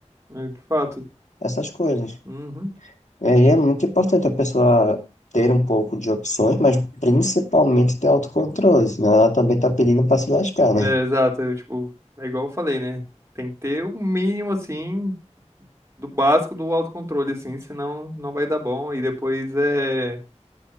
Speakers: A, on the right; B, on the left.
A: É, De fato.
B: Essas coisas.
A: Uhum.
B: E aí é muito importante a pessoa ter um pouco de opções, mas principalmente ter autocontrole, senão ela também tá pedindo para se lascar, né?
A: É, exato. Eu, tipo, é igual eu falei, né? Tem que ter o mínimo, assim, do básico do autocontrole, assim, senão não vai dar bom. E depois é.